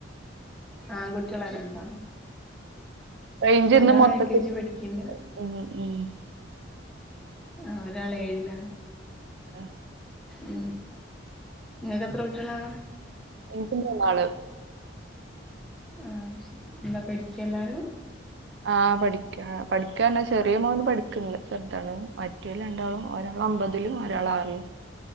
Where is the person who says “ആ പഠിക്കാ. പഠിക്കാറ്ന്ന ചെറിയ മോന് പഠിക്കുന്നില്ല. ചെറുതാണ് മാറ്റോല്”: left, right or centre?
Right